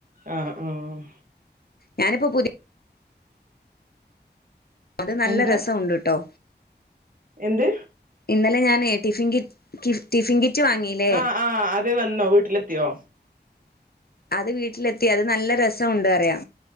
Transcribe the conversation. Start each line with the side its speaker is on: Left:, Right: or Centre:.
Right: ആഹ് ആഹ്
Left: ഞാനിപ്പ പുതി അത് നല്ല
Right: എന്താ
Left: രസം ഉണ്ട്ട്ടോ
Right: എന്ത്
Left: ഇന്നലെ ഞാന് ടിഫിൻ കിറ്റ് ടിഫിൻ കിറ്റ് വാങ്ങില്ലേ
Right: ആഹ് ആഹ് വന്നോ വീട്ടിലെത്തിയോ
Left: അത് വീട്ടിലെത്തി അത് നല്ല രസം ഉണ്ട് അറിയാ